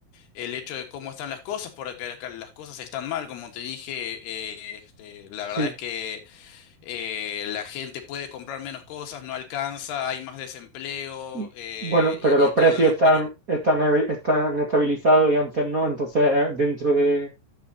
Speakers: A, on the left; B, on the right.
A: el hecho de cómo están las cosas, porque las las cosas están mal, como te dije, eh, este, la
B: sí,
A: verdad es que eh, la gente puede comprar menos cosas, no alcanza, hay más desempleo
B: mm,
A: eh,
B: bueno, pero
A: y,
B: los
A: y
B: precios
A: todo eso,
B: están, están, eb- están estabilizados y antes no, entonces dentro de,